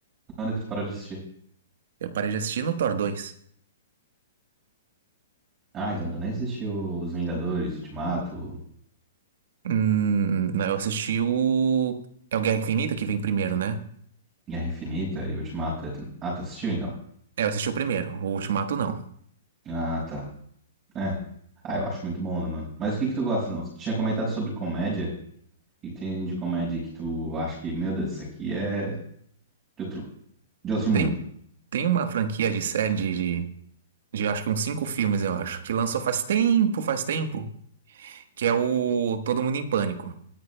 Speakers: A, on the right; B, on the right.
A: Quando que tu parou de assistir?
B: Eu parei de assistir no Thor dois
A: Ah, então tu nem assistiu Os Vingadores, Ultimato,
B: Hum, não, eu assisti o. É o Guerra Infinita que vem primeiro, né?
A: Guerra Infinita e Ultimato. é tu- Ah, tu assistiu então?
B: É, eu assisti o primeiro, o Ultimato não.
A: Ah, tá. É. Ah, eu acho muito bom, né, mano? Mas o que que tu gosta, não? Tu tinha comentado sobre comédia. E tem de comédia que tu acha que, meu Deus, isso aqui é de outro, de outro mundo.
B: Tem, tem uma franquia de série de, de, de acho que uns cinco filmes, eu acho, que lançou faz tempo, faz tempo, que é o Todo Mundo em Pânico.